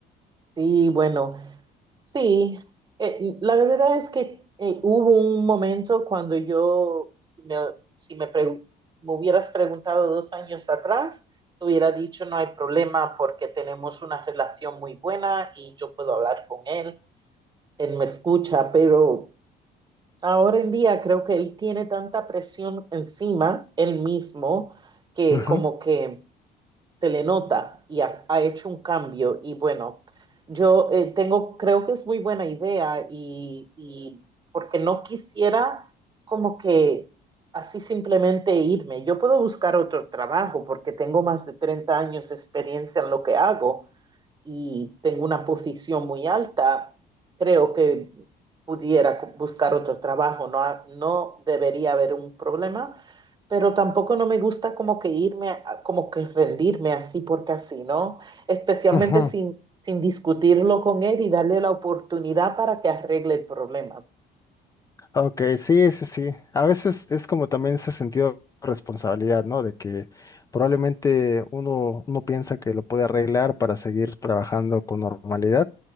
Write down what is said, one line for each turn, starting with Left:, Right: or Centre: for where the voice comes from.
Right: Sí, bueno, Sí, eh, la verdad es que eh, hubo un momento cuando yo, si me, si me pregu- me hubieras preguntado dos años atrás, te hubiera dicho no hay problema porque tenemos una relación muy buena y yo puedo hablar con él, él me escucha, pero ahora en día creo que él tiene tanta presión encima, él mismo, que
Left: Ujú,
Right: como que se le nota y ha, ha hecho un cambio. Y bueno, yo eh, tengo, creo que es muy buena idea y, y porque no quisiera como que así simplemente irme. Yo puedo buscar otro trabajo porque tengo más de 30 años de experiencia en lo que hago y tengo una posición muy alta, creo que pudiera buscar otro trabajo. No, ha- no debería haber un problema, pero tampoco no me gusta como que irme, a- como que rendirme así porque así, ¿no? Especialmente
Left: ujú.
Right: sin, sin discutirlo con él y darle la oportunidad para que arregle el problema.
Left: Ok, sí, sí, sí. A veces es como también ese sentido de responsabilidad, ¿no? De que probablemente uno, uno piensa que lo puede arreglar para seguir trabajando con normalidad